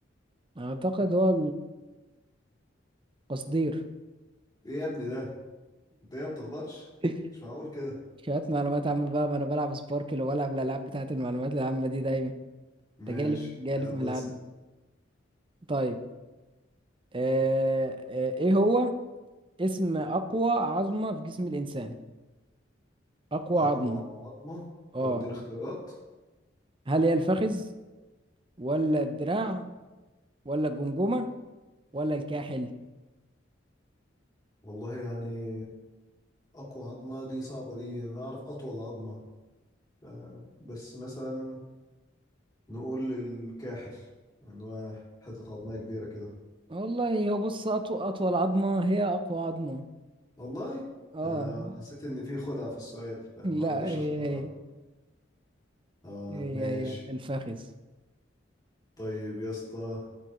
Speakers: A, on the right; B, on the left.
A: اعتقد هو التصدير
B: ايه يا ابني ده انت ايه ما بتغلطش
A: <laughs>
B: مش معقول كده
A: شوية معلومات عامة بقى ما انا بلعب سباركل وبلعب الالعاب بتاعت المعلومات العامة دي دايما
B: ماشي
A: انت جالف جالف
B: يلا
A: ملعبي
B: اسأل
A: طيب آه آه ايه هو اسم اقوى عظمة في جسم الانسان اقوى
B: اقوى
A: عظمة
B: عظمة
A: اه
B: طب اديني اختيارات
A: هل هي الفخذ ولا الدراع ولا الجمجمة ولا الكاحل
B: والله يعني اقوى عظمة دي صعبة دي انا اعرف اطول عظمة ف- بس مثلا نقول الكاحل ان هو حتة عظمية كبيرة كده
A: والله هو بص أطو... اطول عظمة هي اقوى عظمة
B: والله
A: اه
B: آه حسيت ان في خدعة في السؤال فما
A: لا
B: رضيتش
A: هي
B: اختارها
A: هي
B: اه
A: هي
B: ماشي
A: هي الفخذ
B: طيب يا اسطى